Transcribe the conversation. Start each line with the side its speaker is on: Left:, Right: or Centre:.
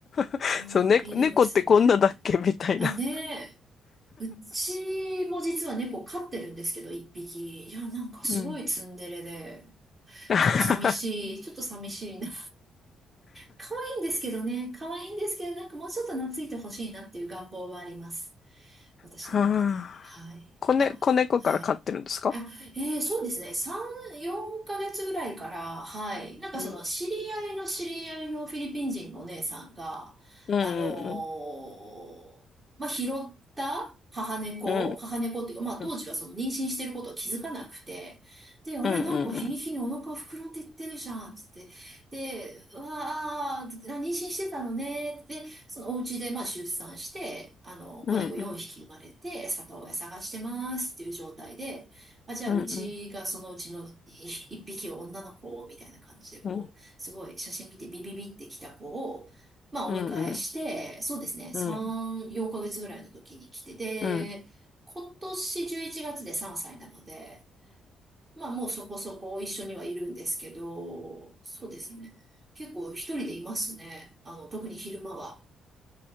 Left: <laughs>
Right: ああいいですね。
Left: そう、ね、猫ってこんなだっけみたいな。
Right: あ、ねえ。うちも実は猫飼ってるんですけど、一匹。いや、なんかすごいツンデレで。
Left: うん。<laughs>
Right: ちょっと寂しい、ちょっと寂しいな。可愛いんですけどね、可愛いんですけど、なんかもうちょっと懐いてほしいなっていう願望はあります。私の中で。
Left: はあ子ね、
Right: はい。あ、
Left: 子猫から飼ってるんですか
Right: はい。あ、えー、そうですね。3、4ヶ月ぐらいから、はい。なんかその、
Left: うん
Right: 知り合いの知り合いのフィリピン人のお姉さんが、
Left: うんうん
Right: あのーまあ、拾った母猫、
Left: うん
Right: 母猫っていうか、まあ、当時はその妊娠してることを気づかなくて、
Left: うん
Right: で、あれ、
Left: うん
Right: なんか日に日にお腹膨らんでいってるじゃん、つって。で、うわあ、妊娠してたのね。で、そのお家でまあ出産して、あの、子猫4匹生まれて、
Left: うんうん
Right: 里親探してますっていう状態で、あ、じゃあうちがそのうちの1匹を女の子をみたいな感じで、
Left: うんうん
Right: こう、
Left: うん
Right: すごい写真見てビビビってきた子を、まあお迎えして、
Left: うんうん
Right: そうですね、3、
Left: うん
Right: 4ヶ月ぐらいの時に来て、で、
Left: うん
Right: 今年11月で3歳なので、まあもうそこそこ一緒にはいるんですけど、そうですね。結構一人でいますね。あの、特に昼間は。